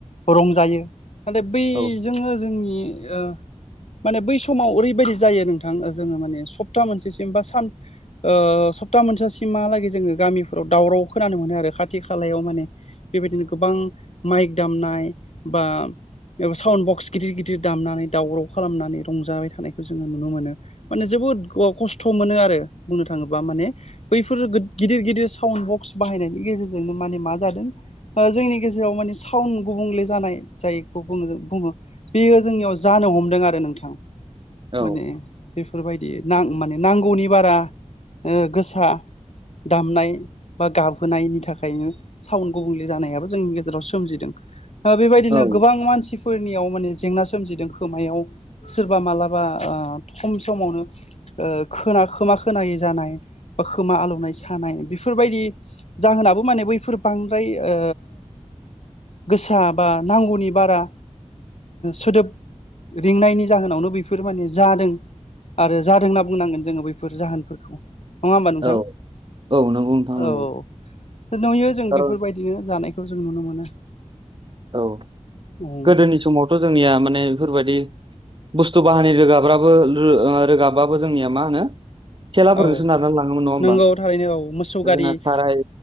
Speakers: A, on the left; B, on the right.
A: रंजायो। नाथाय बैजोंनो
B: औ
A: जोंनि ओ माने बै समाव ओरैबायदि जायो नोंथां जोङो माने सप्ता मोनसेसिम बा सान ओ सप्ता मोनसासिमहालागै जोङो गामिफोराव दावराव खोनानो मोनो आरो खाथि खालायाव माने। बेबायदिनो गोबां माइक दामनाय बा साउन्ड बक्स गिदिर-गिदिर दामनानै दावराव खालामनानै रंजाबाय थानायखौ जोङो नुनो मोनो। माने जोबोद खस्थ' मोनो आरो बुंनो थाङोब्ला माने। बैफोर गिदिर - गिदिर साउन्ड बक्स बाहायनायनि गेजेरजोंनो माने मा जादों जोंनि गेजेराव मानि साउन्ड गुबुंले जानाय जायखौ बुङो-बुङो। बेयो जोंनियाव जानो हमदों आरो नोंथां।
B: औ
A: माने बेफोरबायदि नां माने नांगौनि बारा ओ गोसा दामनाय बा गाबहोनायनि थाखायनो साउन्ड गुबुंले जानायाबो जोंनि गेजेराव सोमजिदों। ओ बेबायदिनो
B: औ
A: गोबां मानसि फोरनियाव माने जेंना सोमजिदों खोमायाव सोरबा मालाबा ओ खम समावनो ओ खोना खोमा खोनायै जानाय बा खोमा आलौनाय सानाय बेफोरबायदि जाहोनाबो माने बैफोर बांद्राय ओ गोसा बा नांगौनि बारा सोदोब रिंनायनि जाहोनावनो बेफोर माने जादों आरो जादों होनना बुंनांगोन जोङो बैफो फोर जाहोनफोरखौ नङा होमबा नोंथां
B: औ औ नंगौ नोंथां नंगौ
A: औ औ नुयो जों
B: खारन
A: बेफोरबायदि बिदिनो जानायखौ जों नुनो मोनो
B: औ
A: औ
B: गोदोनि समावथ' जोंनिया माने बेफोरबायदि बुस्थु बाहानि रोगाब्राबो रो रोगाबाबो जोंनिया मा होनो तेलाफोरजोंसो
A: औ
B: नारना लाङोमोन नङा होमबा
A: नंगौ थारैनो औ मोसौ गारिफोर
B: जोंना साराय